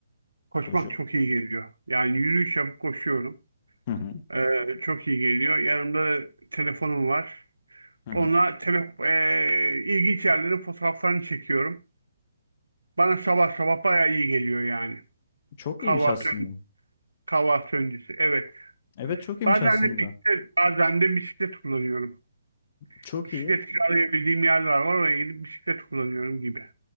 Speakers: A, on the right; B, on the left.
A: Koşmak
B: Koşu.
A: çok iyi geliyor. Yani yürüyüş yapıp koşuyorum.
B: Hı hı,
A: E, çok iyi geliyor. Yanımda da telefonum var.
B: hı hı.
A: Onunla tele, e, ilginç yerlerin fotoğraflarını çekiyorum. Bana sabah sabah bayağı iyi geliyor yani.
B: Çok
A: Kahvaltı,
B: iyiymiş aslında.
A: kahvaltı öncesi. Evet.
B: Evet çok iyiymiş
A: Bazen
B: aslında.
A: de bisiklet, bazen de bisiklet kullanıyorum.
B: Çok
A: Bisiklet
B: iyi.
A: kiralayabildiğim yerler var. Oraya gidip bisiklet kullanıyorum gibi.